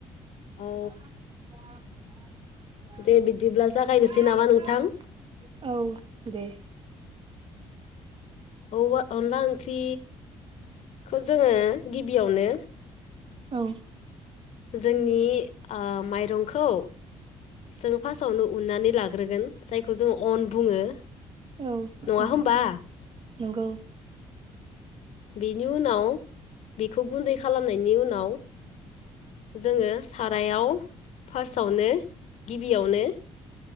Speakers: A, on the left (about 65°); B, on the right (about 45°).
A: औ
B: लाब लाब
A: दे
B: लाब
A: बिदिब्ला जागायनोसै नामा
B: औ
A: नोंथां
B: दे।
A: औवा अनला ओंख्रि खौ जोंङो गिबियावनो।
B: औ।
A: जोंनि ओ माइरंखौ। जोंङ फासआवनो उननानै लाग्रोगोन जायखौ जों अन बुङो।
B: औ
A: नङा
B: नोंथां
A: होमबा
B: नंगौ।
A: बेनि उनाव बेखौ गुन्दै खालामनायनि उनाव। जोंङो सारायाव फार्सआवनो गिबियावनो।